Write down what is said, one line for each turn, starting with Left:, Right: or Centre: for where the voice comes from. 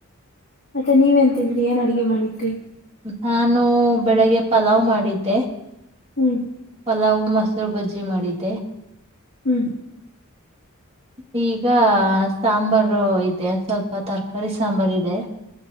Left: ಮತ್ತೆ ನೀವ ತಿಂದರಿ ಏನ್ ಅಡಗೆ ಮಾಡಿದ್ರರಿ
Right: ನಾನು ಬೆಳಗ್ಗೆ ಪಲಾವ್ ಮಾಡಿದ್ದೆ
Left: ಹ್ಮ್
Right: ಪಲಾವು ಮೊಸರು ಬಜ್ಜಿ ಮಾಡಿದ್ದೆ
Left: ಹ್ಮ್
Right: <inaudible> ಈಗ ಸಾಂಬಾರು ಇದೆ ಸ್ವಲ್ಪ ತರಕಾರಿ ಸಾಂಬಾರ್ ಇದೆ